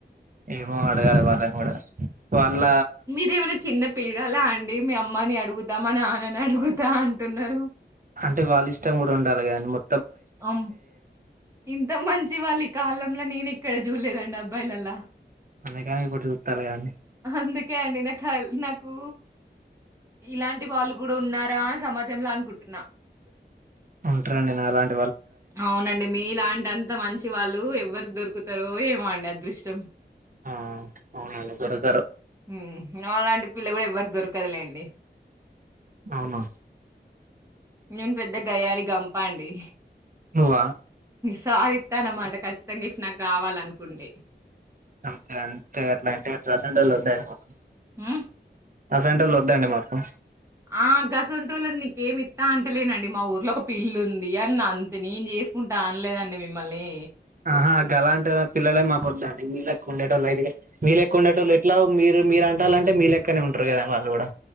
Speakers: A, on the right (about 50°); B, on the right (about 15°).
A: ఏమో అడగాల వాళ్ళని కూడా వాళ్ళ
B: మీరేమైనా చిన్న పిల్గాల అండి ండి మీ అమ్మని అడుగుతా మా నాన్నని అడుగుతా అంటున్నారు
A: అంటే వాళ్ళు ఇష్టం కూడా ఉండాలి కదండి మొ
B: అ ఇంత మంచి వాళి కాలంలో నేను ఇక్కడ చూలేదండి అబ్బాయిలలా
A: అందుకని ఇప్పుడు చూస్తాలే కదండి
B: అందుకే అండి నాకల్ నాకు ఇలాంటి వాళ్ళు కూడా ఉన్నారా అని సమాజంలో అనుకుంటున్నా
A: ఉంట్రండి నా లాన్
B: అవునండి మీలాంటి అంత మంచి టి వాళ్ళు ఎవ్వరికి దొరుకుతారో ఏమో అండి అదృష్టం
A: ఆ అవునండి దొరకరు
B: హ్మ్. నాలాంటి పిల్ల కూడా ఎవ్వరికి దొరకదులేండి
A: అవున
B: నేను పెద్ద గయ్యాళి గంప అండి
A: వా
B: చ ఇస్తానమాట ఖచ్చితంగా ఇఫ్ట్ నాకు కావాలనుకుంటే
A: అంతే అంతే అట్లా అంటే ప్రసలు వద్దాయి మాకు
B: హ
A: ఆ సెంటర్లు వద్దండీ మాకు
B: ఆ గస్ ఉంటూల ఇంకమిత్తా అంటలేనండి మా ఊర్లో ఒక పిల్లు ఉంది అని అంత న ఏం చేసుకుంటా అనలేదండి మిమ్మల్ని
A: ఆహా గ అలాంట పిల్లలే మాకు వద్దండి మీకు ఉండేటోళు అదు మీ లేెకుండడాట వాళ్ ఎట్లా మీరు మీరు అంటాల అంటే మీ లక్కనే ఉంటారు కదా వాళ్ళు కూడా